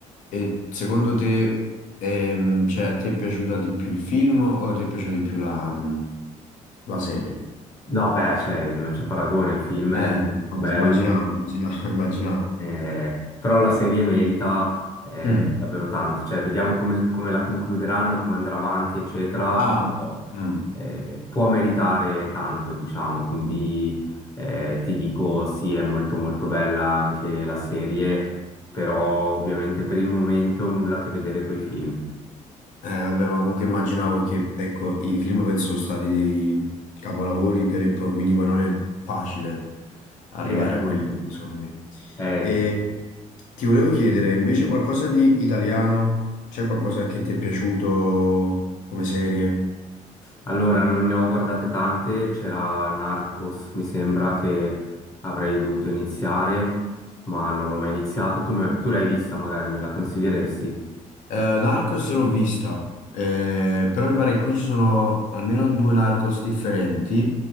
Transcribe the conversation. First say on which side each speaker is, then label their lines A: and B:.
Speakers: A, on the left; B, on the left.
A: E secondo te, ehm, cioè, a te è piaciuta di più il film o ti è piaciuta di più la, mm, la serie?
B: No, beh, cioè, non c'è paragone, il film
A: Eh,
B: è molto più bello,
A: immaginavo, immaginavo, <laughs> immaginavo.
B: eh, però la serie merita eh,
A: Mm.
B: davvero tanto. Cioè, vediamo come, come la concluderanno, come andrà avanti, eccetera,
A: Ah,
B: però
A: mm.
B: eh, può meritare tanto, diciamo. Quindi eh, ti dico, sì, è molto molto bella anche la serie, però ovviamente per il momento nulla a che vedere coi film.
A: Eh, vabbè, ma comunque immaginavo che, ecco, i film penso sono stati dei capolavori veri e propri, quindi poi non è facile arrivare
B: E appunto.
A: a quelli che secondo me.
B: Eh,
A: E ti volevo chiedere, invece, qualcosa di italiano? C'è qualcosa che ti è piaciuto come serie?
B: Allora, non ne ho guardate tante, c'era Narcos, mi sembra che avrei dovuto iniziare, ma non l'ho mai iniziata. Tu, me- tu l'hai vista, magari me la consiglieresti?
A: Eh, Narcos l'ho vista, eh, però mi pare che qui ci sono almeno due Narcos differenti